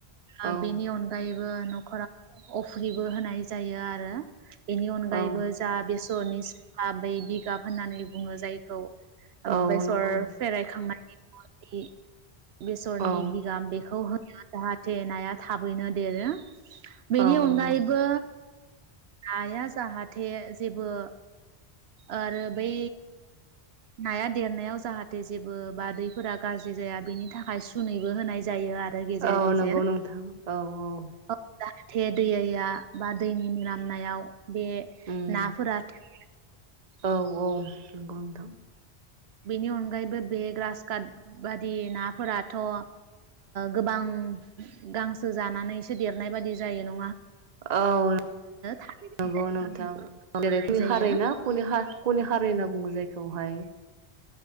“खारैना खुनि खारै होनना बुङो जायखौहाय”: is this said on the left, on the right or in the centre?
Right